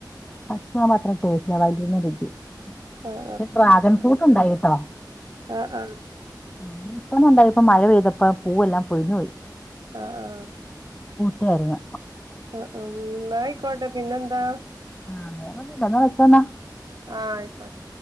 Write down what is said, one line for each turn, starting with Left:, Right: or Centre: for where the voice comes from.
Left: ആത്ര മാത്രം ടേസ്റ്റ് വഴുതനാവെട്ടി ക്ഷേ
Right: ആഹ് ആഹ്
Left: ഡ്രാഗൺ ഫ്രൂട്ട് ഉണ്ടായി കേട്ടോ
Right: ആ ആം
Left: അതിനിപ്പം ഉണ്ടായിപ്പം മഴ പെയ്തപ്പം പൂവെല്ലാം പൊഴിഞ്ഞു പോയി
Right: ആ ആ
Left: തായിരുന്നു
Right: ആ അം ആയിക്കോട്ടെ പിന്നെന്താ
Left: ആ വേറൊന്നും ഇല്ല എന്ന വെച്ചോന്നാ
Right: ആ ആയിക്കോട്ടെ